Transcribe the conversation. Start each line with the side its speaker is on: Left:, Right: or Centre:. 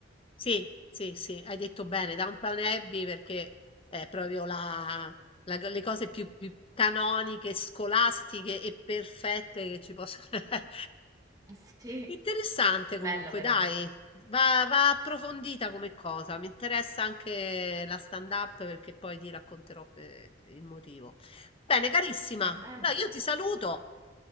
Left: Sì, sì, sì, hai detto bene, Downton Abbey perché è proprio la, la co- le cose più, più canoniche, scolastiche e perfette che ci possono <laughs> essere.
Right: Eh, sì,
Left: Interessante
Right: bella
Left: comunque,
Right: però.
Left: dai, va, va approfondita come cosa, mi interessa anche la stand-up perché poi ti racconterò eh, il motivo. Bene, carissima,
Right: Va bene.
Left: allora io ti saluto